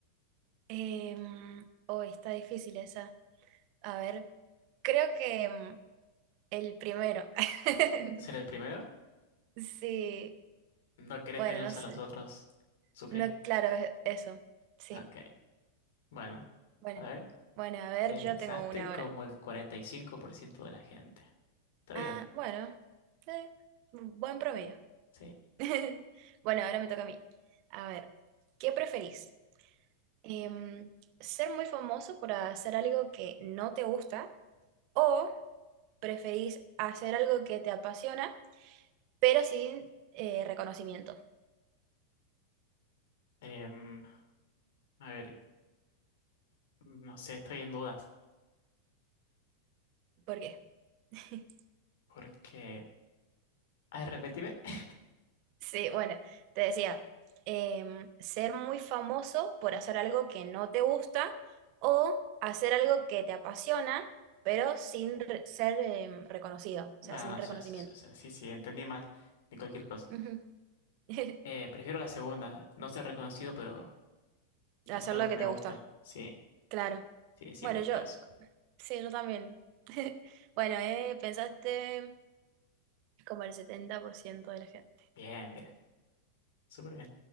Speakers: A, on the right (about 45°); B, on the left (about 55°).
A: Em, oh, está difícil esa. A ver, creo que em, el primero. <laughs>
B: ¿Ser el primero?
A: Sí,
B: ¿No querés
A: bueno,
B: verlos
A: no sé.
B: a los otros sufrir?
A: No, claro, e- eso. Sí,
B: Ok, bueno,
A: bueno.
B: a ver,
A: Bueno, a ver,
B: pensaste
A: yo tengo una
B: como
A: hora.
B: el 45% de la gente. Está
A: Ah,
B: bien,
A: bueno, eh, buen promedio.
B: sí.
A: <laughs> Bueno, ahora me toca a mí. A ver, ¿qué preferís? em, ser muy famoso por hacer algo que no te gusta o preferís hacer algo que te apasiona, pero sin eh, reconocimiento.
B: Em, a ver, no sé, estoy en dudas
A: ¿Por qué? <laughs>
B: porque... Ay, repetime. <laughs>
A: Sí, bueno, te decía, em, ser muy famoso por hacer algo que no te gusta o hacer algo que te apasiona, pero sin re- ser em, reconocido, o
B: No,
A: sea, sin
B: no,
A: reconocimiento.
B: ya, ya- ya, sí, sí, entendí mal. De cualquier cosa.
A: Ujú. <laughs>
B: Eh, prefiero la segunda. No ser reconocido, pero hacer
A: Hacer
B: algo
A: lo
B: que
A: que
B: me
A: te
B: gusta.
A: gusta,
B: Sí,
A: claro.
B: sí, sí,
A: Bueno,
B: prefiero
A: yo
B: eso.
A: Sí, yo también. <laughs> Bueno, eh, pensaste como el 70% de la gente.
B: Bien, bien. Súper bien.